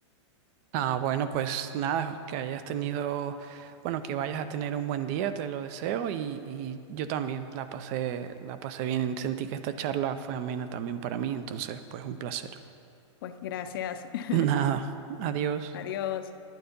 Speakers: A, on the right; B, on the left.
A: Ah, bueno, pues nada, que hayas tenido, bueno, que vayas a tener un buen día, te lo deseo y, y yo también la pasé, la pasé bien. Sentí que esta charla fue amena también para mí, entonces, pues un placer.
B: Pues gracias, <laughs>
A: <laughs> Nada, adiós.
B: adiós.